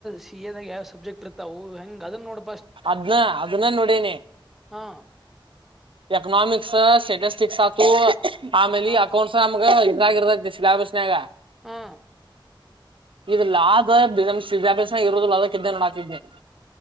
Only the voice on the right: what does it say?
ಅದ್ನ್ನ ಅದನ್ನ ನೋಡನಿ
ಎಕನಾಮಿಕ್ಸ್ ಸ್ಟೇಟಸ್ಟಿಕ್ಸ್ ಹಾಕು ಆಮೇಲೆ
ಅಕೌಂಟ್ಸ್ ನಮ್ಗ ಇದ್ರಾಗಿರ್ತೈತಿ ಶ್ಲಾ ಬ್ನ್ಯಾಗ
ಇ ಲ ಆದ ವಿದ್ಯಾಭ್ಯಾಸ ಇರುೋದಿಲ್ಲ ಆದ ದ್ದ ನ ಹಾಕಿದ್ದೆ